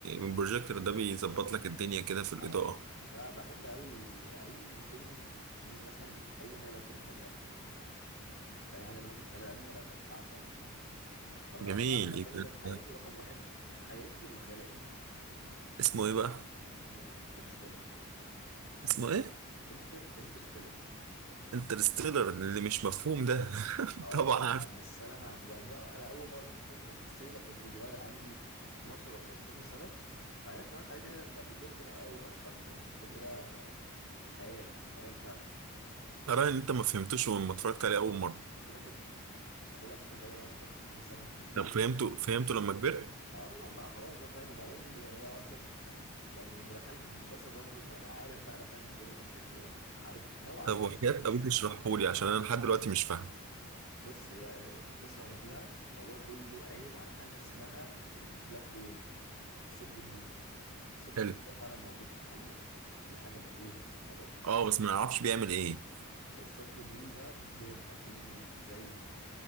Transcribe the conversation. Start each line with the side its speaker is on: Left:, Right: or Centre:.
Right: البروجيكتور ده بيظبط لك الدنيا كده في الاضاءه
Left: على بقى بحب قوي اي فيلم فيه مثلا اي حاجه لها علاقه بالخيال العلمي اي حاجه لها علاقه بالخيال العلمي انا بعشقه طب انا
Right: جميل
Left: اصلا احلى فيلم
Right: يبقى-
Left: في حياتي رقم واحد في حياتي هو خيال علمي
Right: اسمه ايه بقى
Left: اسمه انترستيلر
Right: اسمه ايه
Left: انتر انترستيلر
Right: انترستيلر اللي مش مفهوم ده <laughs>
Left: اه
Right: طبعا عارف
Left: لا بس انا فاهمه بقى انا انا اول مره شفته في حياتي كان في السينما كنت صغير عندي 12 ولا 13 سنه بعدين اتفرجت عليه تاني لما كبرت بقى وايقنت ان الفيلم ده خيال خيال فعلا
Right: ترى ان انت ما فهمتوش لما اتفرجت عليه اول مره
Left: كده كده انا بقول لك اتفرجت عليه وانا عندي 12 13 سنه ما فهمتوش
Right: طب فهمته فهمته لما كبرت
Left: اه طبعا بقى خلاص بقى فاهم وبعدين يعني انا اصلا يعني لما دخلت هندسه برضو فانا عارف بقى انا فاهم الدنيا ماشيه ازاي عارف نوعا ما
Right: طب وحياة
Left: الدنيا ماشيه
Right: ابوك
Left: ازاي
Right: اشرحه لي عشان انا لحد دلوقتي مش فاهم
Left: بص هي آه، قصة وما فيها الموضوع كله قايم على حاجة اسمها البلاك هول الثقب الدودي الثقب
Right: حلو
Left: الدودي ده فعلا موجود في الحقيقة دي حاجة موجودة في الفضاء
Right: اه بس ما اعرفش بيعمل ايه
Left: الثقب الدودي ده بيبقى فيه زي